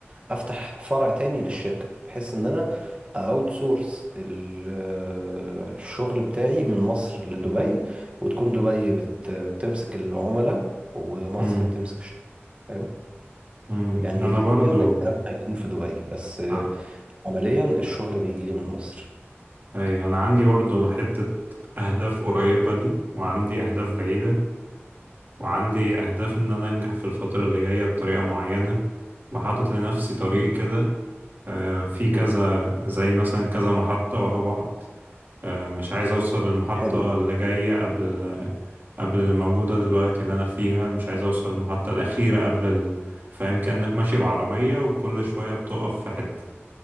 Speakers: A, on the right; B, on the right.
A: أفتح فرع تاني للشركة بحيث إن أنا أوت سورس الشغل بتاعي من مصر لدبي وتكون دبي بت- بتمسك العملاء ومصر
B: مم.
A: بتمسك الشغل فاهم
B: مم.
A: يعني
B: أنا
A: إداريا
B: برضو
A: الكلام هيكون في دبي بس آه،
B: آه،
A: عمليا الشغل بيجي لي من مصر
B: أيوه أنا عندي برضو حتة أهداف قريبة دي وعندي أهداف بعيدة وعندي أهداف إن أنا أنجح في الفترة اللي جاية بطريقة معينة وحاطط لنفسي طريق كده آه، في كذا زي مثلا كذا محطة ورا بعض آه، مش عايز أوصل للمحطة
A: حلو ده
B: اللي جاية قبل ال- قبل الموجودة دلوقتي اللي أنا فيها مش عايز أوصل للمحطة الأخيرة قبل ال... فاهم كأنك ماشي بعربية وكل شوية بتقف في حتة